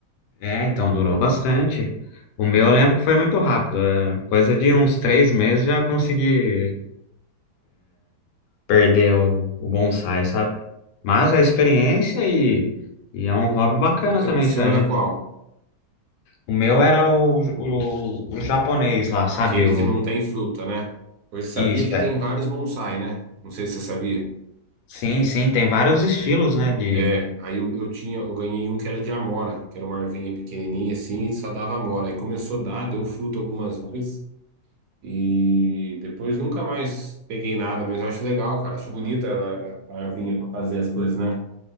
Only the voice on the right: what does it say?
O seu,
o seu
era qual?
Aquele
que não tem fruta, né? Você sabia
que tem
vários bonsai, né? Não sei se você sabia.
É, aí eu, eu tinha, eu ganhei um que era de amora, que era uma ervinha pequenininha assim e só dava amora. Aí começou a dar, deu fruto algumas vezes. E depois nunca mais peguei nada, mas eu acho legal, cara. Acho bonita ela a arvinha para fazer as coisas, né?